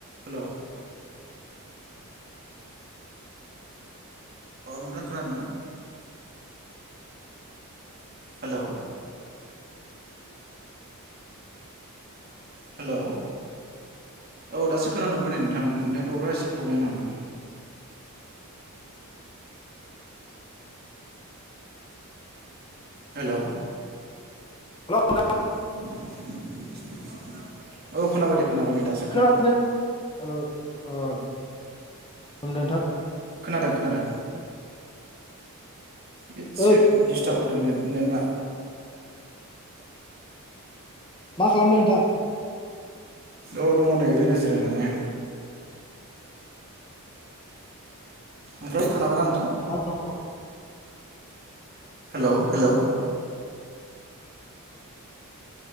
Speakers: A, on the right; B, on the left.
A: हेल'! अ' नोंथां खोनादोंना? हेल'! हेल'! औ दासो खोनानो मोनबाय नै नोंथां, नेटवर्कआ एसे प्रब्लेम नामा? हेल'!
B: हेल' नोंथां।
A: <unintelligible> औ खोनाबाय दे खोनाबाय नै दासो।
B: खोनादों <unintelligible> नोंथां?
A: खोनादों खोनादों। एदसे
B: ओ
A: डिस्टाब होदों नेट नेटआ।
B: मा खालामदों नोंथां?
A: औ दङ नै ओरैनो जिरायनानै। ओमफ्राय खोनाबायना नोंथां?
B: <unintelligible>
A: हेल' हेल'!